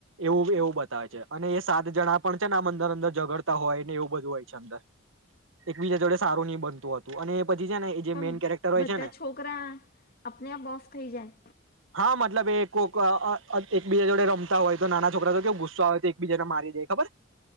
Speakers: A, on the right; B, on the left.
A: એવું એવું બતાવે છે, અને એ સાત જણા પણ છે ને આ અંદર અંદર ઝગડતા હોય, ને એવું બધું હોય છે અંદર, એકબીજા જોડે સારું ની બનતું હતું અને પછી છે ને એ જે
B: પણ
A: મેઈન કેરેક્ટર હોય
B: બધા
A: છે ને
B: છોકરા આપને આપ ઓફ થઈ જાય?
A: હા મતલબ એક કોક અ અ એકબીજા જોડે રમતા હોય તો નાના છોકરા તો કેવું ગુસ્સા આવે તો એકબીજાને મારી દે ખબર?